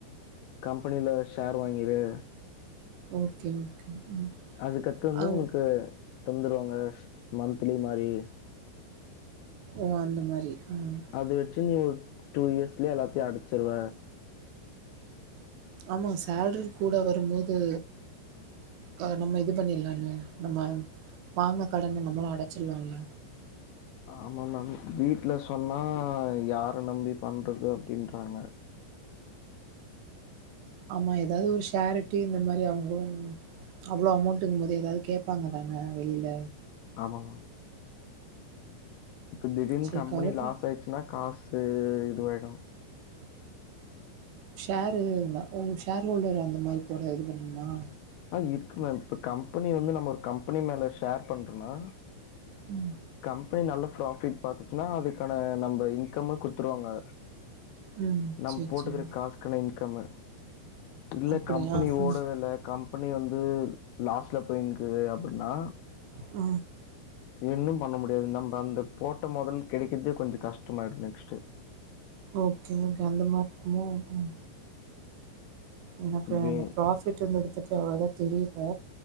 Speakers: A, on the left; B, on the right.
A: கம்பெனில ஷேர் வாங்கிரு
B: ஓகே ஓகே ம்
A: அதுக்கடுத்து வந்து
B: அவ்
A: உனக்கு தந்துருவாங்க மன்த்லி மாரி
B: ஓ அந்த மாரி ம்
A: அது வெச்சு நீ ஒரு டூ இயர்ஸ்லயே எல்லாத்தையு அடச்சிருவ
B: ஆமா சேலரி கூட வரும்போது அ நம்ம இது பண்ணிர்லா இல்ல நம்ம வாங்கின கடன நம்மளு அடச்சிடலால்ல
A: ஆமா மேம் வீட்ல சொன்னா யார நம்பி பண்றது அப்டின்றாங்க
B: ஆமா எதாவது ஒரு ஷாரிட்டி இந்த மாரி அவுங்கோ அவ்ளோ அமௌண்ட்டுங்கும்போது எதாவது கேப்பாங்கதான வெளில
A: ஆமா மேம் இப்டி திடீனு
B: சரி
A: கம்பெனி
B: கவலப்பட
A: லாஸ் ஆயிடுச்சுன்னா காசு இதுவாயிடு
B: ஷேர்ரிருந்தா ஓ ஷேர் ஹோல்டர் அந்த மாரி போறது இது பண்ணீங்ளா
A: ஆ இருக்கு மேம் இப்போ கம்பெனி வந்து நம்ம ஒரு கம்பெனி மேல ஷேர் பண்றனா
B: ம்
A: கம்பெனி நல்ல ப்ராஃபிட் பாத்துச்சுனா அதுக்கான நம்ப இன்கம்ம குடுத்துருவாங்க
B: ம்.
A: நம்
B: சரி,
A: போட்டுக்குற
B: சரி.
A: காசுக்கான இன்கம்மு இல்ல
B: அப்படியா?
A: கம்பெனி ஓடவே
B: ம்,
A: இல்ல கம் பண்ணி வந்து லாஸ்ல போயினிக்குது அப்பிடினா
B: ஆ
A: இன்னு பண்ண முடியாது நம்ப அந்த போட்ட மொதல் கெடைக்குறதே கொஞ்சோ கஷ்டமாயிரு நெக்ஸ்ட்டு
B: ஓகே ஓகே அந்த மாரிருக்குமோ ஆ எனக்கு
A: வே
B: அந்த ப்ராஃசிட் இருந்தடுத்துக்கு அவ்ளோதா தெரியிது